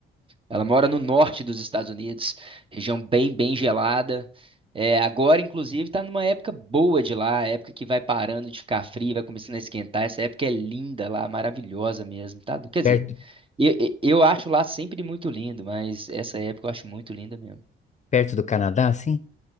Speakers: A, on the right; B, on the left.
A: Ela mora no norte dos Estados Unidos, região bem, bem gelada. É, agora, inclusive, está numa época boa de lá, época que vai parando de ficar frio, vai começando a esquentar. Essa época é linda lá, maravilhosa mesmo, tá? Quer
B: Perto,
A: dizer, eu, eu eu acho lá sempre muito lindo, mas essa época eu acho muito linda mesmo.
B: perto do Canadá, assim?